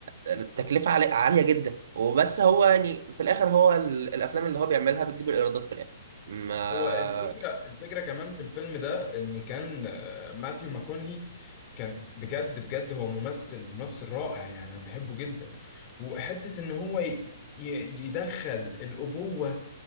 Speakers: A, on the right; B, on the left.
A: التكلفه عالي... عاليه جدا وبس هو يعني في الاخر هو ال... الافلام اللي هو بيعملها بتجيب الايرادات في الاخر ما
B: هو الفكرة الفكرة كمان في الفيلم ده إن كان آه، ماثيو ماكونهي كان بجد بجد هو ممثل ممثل رائع يعني أنا بحبه جدا وحتة إن هو ي- ي- يدخل الأبوة